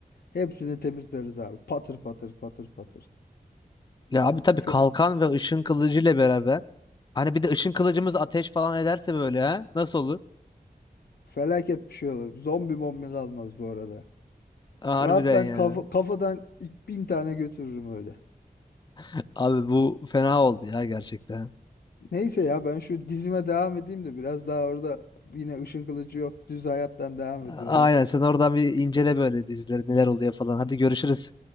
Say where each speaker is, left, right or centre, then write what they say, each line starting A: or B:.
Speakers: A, on the left; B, on the left.
A: Hepsini temizleriz abi. Patır patır patır patır.
B: Ya abi tabii
A: Şu
B: kalkan ve ışın kılıcı ile beraber. Hani bir de ışın kılıcımız ateş falan ederse böyle ha. Nasıl olur?
A: felaket bir şey olur. Zombi mombi kalmaz bu arada.
B: Harbiden
A: Rahat ben
B: ya.
A: kafa, kafadan ilk bin tane götürürüm öyle.
B: <laughs> Abi bu fena oldu ya gerçekten.
A: Neyse ya ben şu dizime devam edeyim de biraz daha orada yine Işın Kılıcı yok düz hayattan devam
B: A-
A: ediyorlar.
B: Aynen sen oradan bir incele böyle dizileri neler oluyor falan. Hadi görüşürüz.